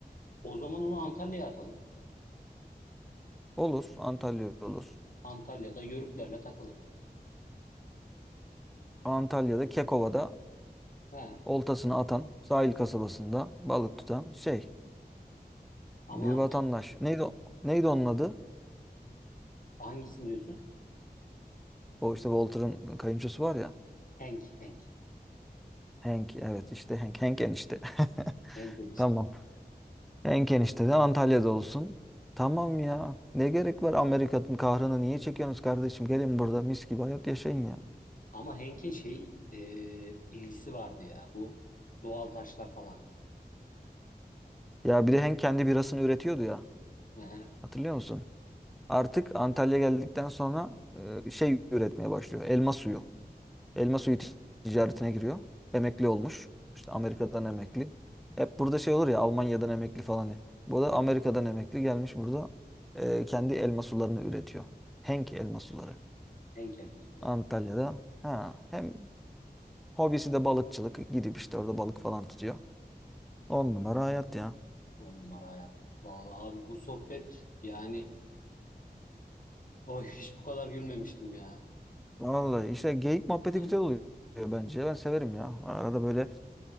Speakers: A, on the left; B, in the centre.
A: o zaman onu Antalya'ya atalım.
B: Olur. Antalya olur.
A: Antalya'da yörüklerle takılır.
B: Antalya'da Kekova'da
A: He.
B: oltasını atan sahil kasabasında balık tutan şey
A: Ama
B: bir vatandaş. Neydi o- neydi onun adı?
A: hangisini diyorsun?
B: O işte Walter'ın kayınçosu var ya.
A: Henk, Henk.
B: Hank evet işte Hank. Hank enişte.
A: Henk
B: <laughs>
A: enişte.
B: Tamam. Hank enişte de Antalya'da olsun. Tamam ya. Ne gerek var Amerika'nın kahrını niye çekiyorsunuz kardeşim? Gelin burada mis gibi hayat yaşayın ya.
A: Ama Henk'in şey e, ilgisi vardı ya. Bu doğal taşlar falan.
B: Ya bir de Hank kendi birasını üretiyordu ya.
A: Hı hı.
B: Hatırlıyor musun? Artık Antalya'ya geldikten sonra e, şey üretmeye başlıyor. Elma suyu. Elma suyu tic- ticaretine giriyor. Emekli olmuş. İşte Amerika'dan emekli. Hep burada şey olur ya Almanya'dan emekli falan. ya. Bu da
A: Aynen.
B: Amerika'dan emekli gelmiş burada e, kendi elma sularını üretiyor. Henk elma suları.
A: Henk elma suları.
B: Antalya'da. Ha, hem hobisi de balıkçılık. Gidip işte orada balık falan tutuyor. On numara hayat ya.
A: On numara hayat. Vallahi abi bu sohbet yani oy hiç bu kadar gülmemiştim ya.
B: Vallahi işte geyik muhabbeti
A: Aynen.
B: güzel oluyor bence. Ben severim ya. Arada böyle